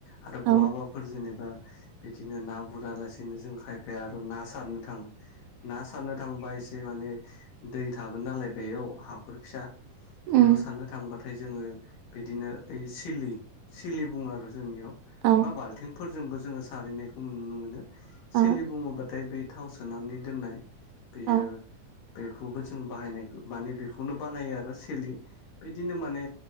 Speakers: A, on the left (about 85°); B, on the right (about 75°).
A: आरो
B: औ
A: बहाबाफोर जेनेबा बिदिनो ना गुरा लासेनो जों खायफाया आरो ना सारनो थाङो ना सारनो थांबा एसे माने दै थागोन नालाय बेयाव हाखर फिसा
B: उम
A: बेयाव साननो थांबाथाय जोङो बिदिनो ओइ सिलि सिलि बुङ आरो जोंनियाव
B: औ
A: एबा बाल्थिंफोरजोंबो जोङो सारहैनायखौ नुनो मोनो
B: औ
A: सेलि बुङोबाथाय बे थाव सोनानै दोननाय बेयो
B: औ
A: बेखौबो जों बाहायनाय माने बेखौनो बानायो आरो सोलि बिदिनो माने